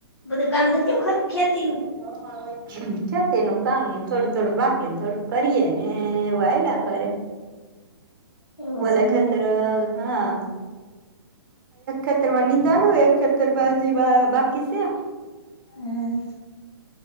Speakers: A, on the left; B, on the right.
A: બધું ગામ થ ખેતી નું
B: હ હવા છ તેનું કામ થોડું થોડું બાકીને થોડું કરીએે ને એ હલા કરે
A: <inaudible> એવું
B: ઓલે
A: છે એમને
B: ખતર હા એકતર માં નિંદાડો એકતર બાજી બાકી છે
A: હમ